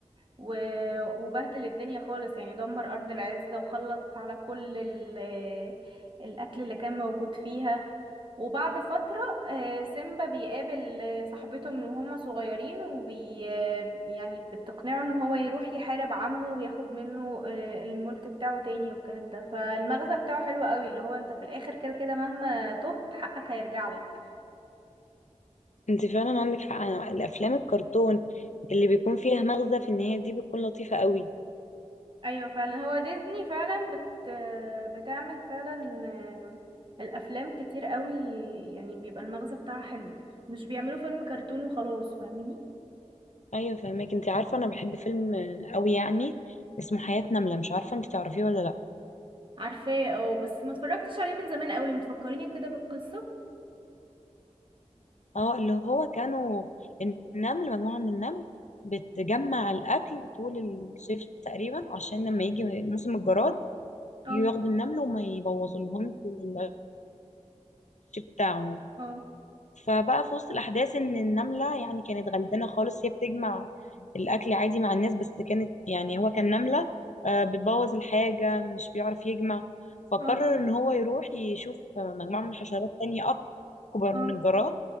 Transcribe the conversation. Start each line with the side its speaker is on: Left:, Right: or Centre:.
Right: و... وبهدل الدنيا خالص يعني دمر ارض العزة وخلص على كل ال... القتل اللي كان موجود فيها وبعد فترة آه، سيمبا بيقابل آه، صاحبته من وهما صغيرين وبي آه، يعني بتقنعه ان هو يروح يحارب عمه وياخد منه آه، الملك بتاعه تاني والكلام ده فالمغزى بتاعه حلو قوي اللي هو انت في الاخر كده كده مهما تهت حقك هيرجع لك
Left: انت فعلا عندك حق أنا الافلام الكرتون اللي بيكون فيها مغزى في النهايه دي بتكون لطيفه قوي
Right: ايوه فعلا هو ديزني فعلا بت آه، بتعمل فعلا آه، الافلام كتير قوي يعني بيبقى المغزى بتاعها حلو مش بيعملوا فيلم كرتون وخلاص فاهميني
Left: ايوه فهماك انت عارفه انا بحب فيلم آه، قوي يعني اسمه حياه نمله مش عارفه انت تعرفيه ولا لا
Right: عارفاه اه بس ما اتفرجتش عليه من زمان قوي متفكريني كده بالقصة
Left: اه اللي هو كانوا النمل مجموعه من النمل بتجمع الاكل طول الصيف تقريبا عشان لما يجي موسم الجراد
Right: اه
Left: ياخدوا النمل وما يبوظوا لهم العش بتاعهم
Right: اه
Left: فبقى في وسط الأحداث إن النملة يعني كانت غلبانة خالص هي بتجمع الأكل عادي مع الناس بس كانت يعني هو كان نملة آه، بتبوظ الحاجة مش بيعرف يجمع فقرر
Right: اه
Left: إن هو يروح يشوف مجموعة من حشرات تانية أكبر من
Right: اه
Left: الجراد